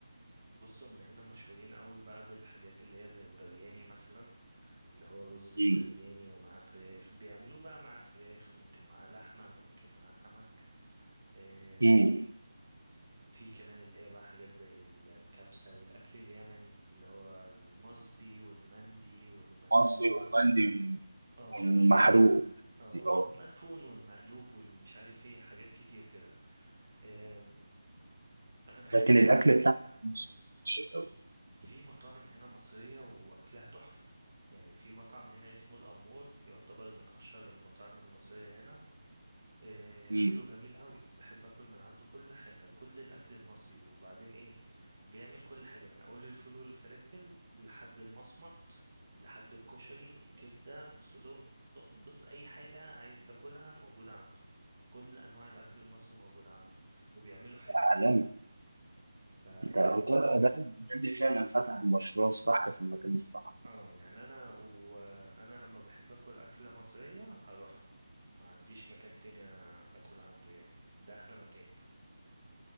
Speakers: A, on the right (about 45°); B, on the right (about 70°).
A: بص هم هنا مشهورين قوي بقى بالحاجات اللي هي زي البرياني مثلا اللي هو رز البرياني
B: امم
A: ومعاه فراخ بيعملوه بقى معاه فراخ ممكن معاه لحمة ممكن معاه سمك آه،
B: امم
A: في كمان اللي هي بقى حاجات زي الكبسة والأكل اليمني اللي هو المصبي والمندي والمدفون
B: مصري وهولندي
A: اه
B: والمحروق
A: اه
B: دي اه
A: المدفون والمقلوب والمش عارف ايه حاجات كتير كده أم، انا بحب
B: لكن
A: اللي
B: الاكل
A: هي
B: بتاعنا مش مش قوي
A: في مطاعم هنا مصرية واكلها تحفة يعني في مطعم هنا اسمه الأمور يعتبر من أشهر المطاعم المصرية هنا إيه،
B: امم
A: اكله جميل قوي بحب اكل من عنده كل حاجه كل الاكل المصري وبعدين ايه بيعمل كل حاجه من اول الفول والفلافل لحد المصمت لحد الكشري كبده صدوق ب- بص اي حاجه عايز تاكلها موجوده عنده كل انواع الاكل المصري موجود عنده وبيعمله حلو
B: عالمي
A: ف
B: ده هو ده ده اللي فعلا فتح المشروع الصح في المكان الصح
A: اه يعني انا وانا لما بحب اكل اكله مصريه هروح له ما عنديش مكان تاني اكل عنده يعني ده احلى مكان